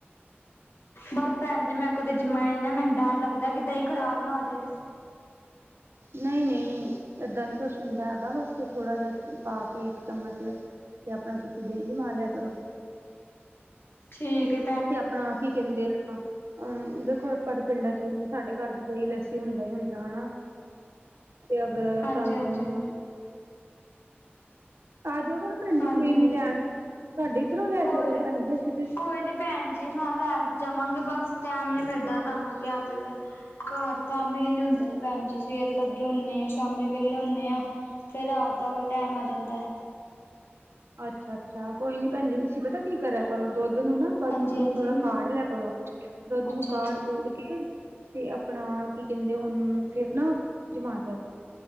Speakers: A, on the left; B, on the right.
A: ਬਸ ਪੈਣਜੀ ਮੈਂ ਕਦੇ ਜਿੰਮਾਈ ਨੀ ਨਾ, ਮੈਨੂੰ ਡਰ ਲੱਗਦਾ ਕਿ ਦਈ ਖਰਾਬ ਨਾ ਹੋਜੇ।
B: ਨਈ-ਨਈ ਏਦਾਂ ਨੀ ਕੁਛ ਹੁੰਦਾ ਹੈਗਾ, ਬਸ ਤੂੰ ਥੋੜਾ ਜੇਹਾ ਪਾ ਕੇ ਇੱਕ ਚਮਚ ਤੇ ਆਪਣਾ ਤੁਸੀਂ ਦਹੀਂ ਜਮਾਂ ਲਿਆ ਕਰੋ।
A: ਠੀਕ ਏ।
B: ਤੇ ਆਪਣਾ ਕੀ ਕਹਿੰਦੇ ਆਪਾਂ ਅਮ ਦੇਖੋ ਆਪਾਂ ਤੇ ਪਿੰਡਾਂ ਚ, ਸਾਡੇ ਘਰ ਦੀ ਦਹੀਂ ਲੱਸੀ ਹੁੰਦਾ ਹੀ ਹੁੰਦਾ ਹਨਾ ਤੇ ਅਗਰ
A: ਹਾਂਜੀ
B: ਤੁਹਾਨੂੰ
A: ਹਾਂਜੀ
B: ਆ ਜਾਇਓ ਕਰੋ ਭੈਣ ਜੀ
A: ਹਾਂਜੀ
B: ਕੋਈ ਨੀ
A: ਹਾਂਜੀ
B: ਲੈਣ, ਸਾਡੇ ਇੱਧਰੋਂ ਲੈ
A: ਕੋਈ
B: ਜਾਇਓ ਕਰੋ ਭੈਣ ਜੀ ਅਸੀਂ ਤੇ
A: ਕੋਈ ਨੀ ਭੈਣ ਜੀ ਮੈਂ ਲੈ ਜਾਵਾਂਗੇ, ਬਸ ਟੈਮ ਨੀ ਮਿਲਦਾ ਤੁਹਾਨੂੰ ਮੈਂ ਕਿਹਾ ਤੇ ਵੇ। ਘਰ ਕੰਮ ਹੀ ਇਹਨੇ ਹੁੰਦੇ ਨੇ ਭੈਣ ਜੀ, ਸਵੇਰੇ ਲੱਗੇ ਆ ਸ਼ਾਮੀ ਵੇਹਲੇ ਹੁਨੇ ਆ। ਫੇਰ ਰਾਤ ਦਾ ਉਹ ਵੀ ਟੈਮ ਆ ਜਾਂਦਾਂ।
B: ਅੱਛਾ। ਅੱਛਾ ਕੋਈ ਨੀ ਭੈਣ ਜੀ ਤੁਸੀਂ ਪਤਾ ਕੀ ਕਰਿਆ ਕਰੋ, ਦੁੱਧ ਨੂੰ ਨਾ ਕ
A: ਹਾਂਜੀ ਹਾਂਜੀ
B: ਥੋੜਾ ਕਾਢ ਲਿਆ ਕਰੋ। ਦੁੱਧ
A: ਅੱਛਾ
B: ਨੂੰ ਕਾੜ-ਕੂੜ
A: ਅੱਛਾ
B: ਕੇ। ਤੇ ਆਪਣਾ ਕੀ ਕਹਿੰਦੇ, ਉਹਨੂੰ ਫੇਰ ਨਾ ਜਮਾਂ ਦਿਆ